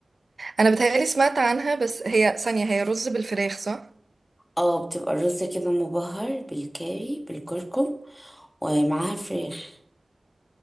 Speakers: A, on the right (about 45°); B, on the left (about 25°).
A: انا بتهيألي سمعت عنها بس هي ثانية هي رز بالفراخ صح
B: اه بتبقى الرز كده مبهر بالكاري بالكركم ومعاها فراخ